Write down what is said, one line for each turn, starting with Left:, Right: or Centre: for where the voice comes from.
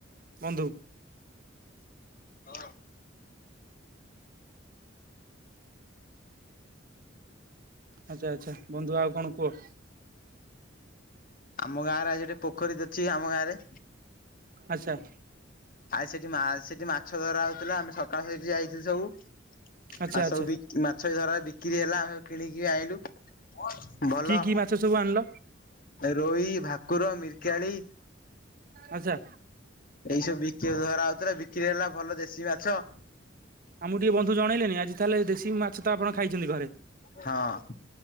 Right: ବନ୍ଧୁ।
Left: ହ,
Right: ଆଚ୍ଛା ଆଚ୍ଛା, ବନ୍ଧୁ ଆଉ କଣ କୁହ?
Left: ଆମ ଗାଁରେ ଆଜି ଗୋଟେ ପୋଖରୀତ ଅଛି ଆମ ଗାଁରେ।
Right: ଆଚ୍ଛା।
Left: ଆଉ ସେଠି ମାଛ ସେଠି ମାଛ ଧରା ହଉଥିଲା ଆମେ ସକାଳୁ ସେଇଠି ଯାଇଥିଲୁ ସବୁ।
Right: ଆଚ୍ଛା
Left: ଆଉ
Right: ଆଚ୍ଛା
Left: ସବୁ ବି ମାଛ ଧରା ବିକ୍ରି ହେଲା ଆମେ ସବୁ କିଣିକି ଆଣିଲୁ। ଭଲ
Right: କି କି ମାଛ ସବୁ ଆଣିଲ
Left: ରୋହୀ, ଭାକୁର, ମିରିକାଳି
Right: ଆଚ୍ଛା।
Left: ଏଇସବୁ ବିକି ଧରା ହଉଥିଲା ବିକ୍ରି ହେଲା ଭଲ ଦେଶୀ ମାଛ।
Right: ଆମକୁ ଟିକେ ବନ୍ଧୁ ଜଣେଇଲେନି ଆଜି ତାହଲେ ଦେଶୀ ମାଛ ତ ଆପଣ ଖାଇଛନ୍ତି ଘରେ।
Left: ହଁ